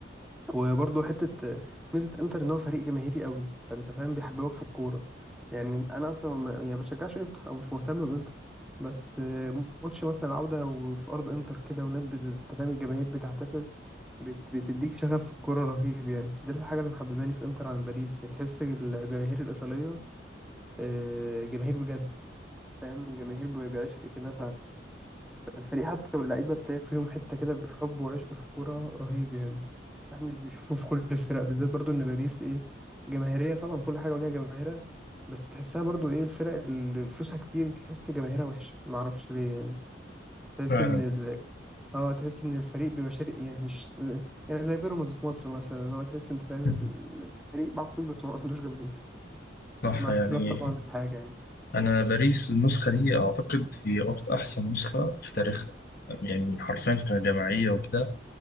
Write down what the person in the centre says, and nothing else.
وبرضه حته آه، ميزه انتر ان هو فريق جماهيري قوي فانت فاهم بيحببك في الكوره يعني انا اصلا ما يعني بشجعش انتر او مش مهتم بانتر بس آه، ماتش مثلا العوده وفي ارض انتر كده والناس بت- أنت فاهم الجماهير بتحتفل بت- بتديك شغف في الكوره رهيب يعني دي الحاجه اللي محبباني في انتر عن باريس يعني تحس الجماهير الايطاليه آه، جماهير بجد فاهم الجماهير بيعشق كده الفريق حتى واللعيبة تلاقي فيهم حتة كده حب وعشق في الكورة رهيب يعني احنا مش بنشوفه في كل الفرق بالذات برضو ان باريس ايه جماهيرية طبعا كل حاجة وليها جماهيرها بس تحسها برضو ايه الفرق اللي فلوسها كتير بتحس جماهيرها وحشة معرفش ليه يعني تحس
ان ال... اه تحس ان الفريق بيبقى شرقي يعني مش يعني زي بيراميدز في مصر مثلا اللي هو تحس انت فاهم
ال- الفريق معاه فلوس بس ما عندوش جماهير
مع
اختلاف طبعا الحاجة يعني